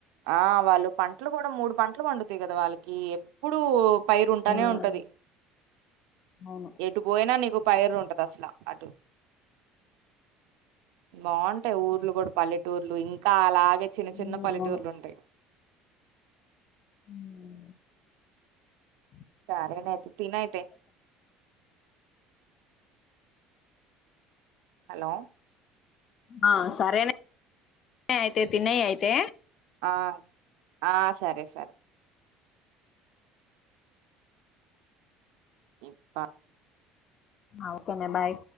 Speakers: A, on the right; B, on the left.
A: ఆ వాళ్ళు పంటలు కూడా మూడు పంటలు పండుతాయి కదా వాళ్ళ కి ఎప్పుడూ పైరు ఉంటానే
B: ఉన్నట్టు
A: ఉంటది
B: అవును
A: ఎటు పోయినా నీకు పైరు ఉంటది అసలు అటు బాగుంటాయి ఊర్లు కూడా పల్లెటూర్లు ఇంకా అలా ఇ చిన్న చిన్న
B: హ్మ్
A: పల్లెటూర్లు
B: అవును
A: ఉంటాయి
B: హ
A: సరేనే అయితే తిను అయితే హలో
B: ఆ సరే నే అయితే తినేయ్ అయితే
A: ఆ ఆ సరే సరే ఇప్ప
B: ఆ ఓకేనే బాయ్